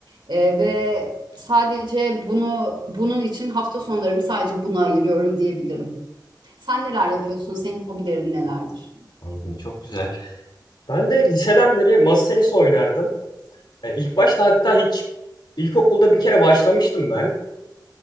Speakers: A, on the right (about 85°); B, on the left (about 70°).
A: E, ve sadece bunu bunun için hafta sonlarımı sadece buna ayırıyorum diyebilirim. Sen neler yapıyorsun? Senin hobilerin nelerdir?
B: Anladım. Çok güzel. Ben de liseden beri masa tenisi oynardım. E, İlk başta hatta hiç ilkokulda bir kere başlamıştım ben.